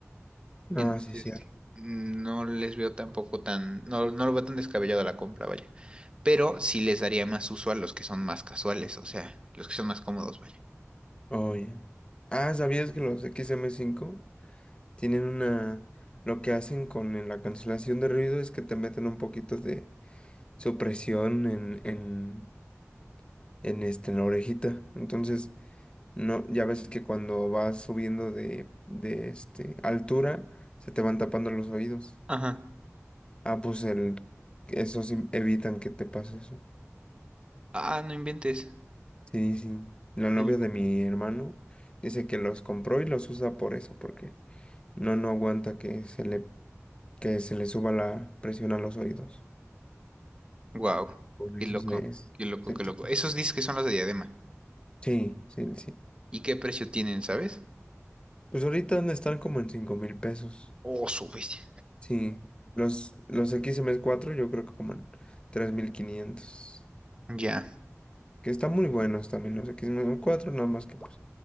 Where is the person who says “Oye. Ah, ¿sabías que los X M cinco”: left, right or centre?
Left